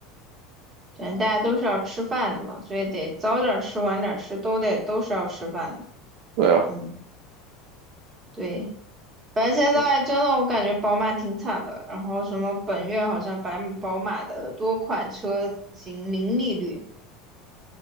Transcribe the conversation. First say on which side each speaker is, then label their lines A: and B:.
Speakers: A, on the right; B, on the right.
A: 现在大家都是要吃饭的嘛，所以得早点吃晚点吃，都得都是要吃饭的，
B: 对啊，
A: 嗯。对，反正现在真的我感觉宝马挺惨的，
B: 我
A: 然后什么本月好像白宝马的多款车型零利率，